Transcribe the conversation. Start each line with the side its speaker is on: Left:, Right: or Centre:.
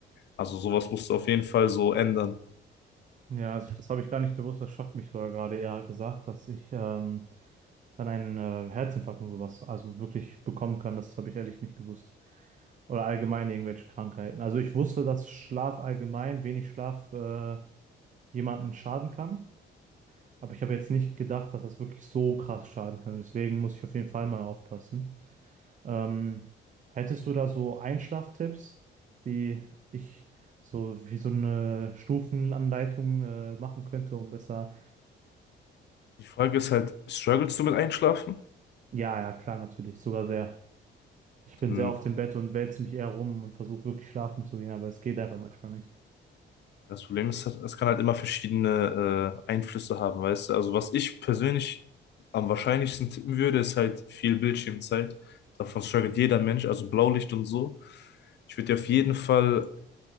Left: Also sowas musst du auf jeden Fall so ändern.
Right: Ja, also das habe ich gar nicht gewusst, das schockt mich sogar gerade eher gesagt, dass ich ähm, dann einen äh, Herzinfarkt und sowas also wirklich bekommen kann. Das habe ich ehrlich nicht gewusst. Oder allgemein irgendwelche Krankheiten. Also ich wusste, dass Schlaf allgemein, wenig Schlaf äh, jemanden schaden kann. Aber ich habe jetzt nicht gedacht, dass das wirklich so krass schaden kann. Deswegen muss ich auf jeden Fall mal aufpassen. Ähm, hättest du da so Einschlaftipps, die ich so wie so eine Stufenanleitung äh, machen könnte, um besser.
Left: Die Frage ist halt, struggles du mit Einschlafen?
Right: Ja, ja, klar, natürlich. Sogar sehr. Ich bin
Left: Dann
Right: sehr auf dem Bett und wälze mich eher rum und versuche wirklich schlafen zu gehen, aber es geht einfach manchmal nicht.
Left: Das Problem ist, halt, es kann halt immer verschiedene äh, Einflüsse haben, weißt du? Also was ich persönlich am wahrscheinlichsten tippen würde, ist halt viel Bildschirmzeit. Davon struggelt jeder Mensch, also Blaulicht und so. Ich würde dir auf jeden Fall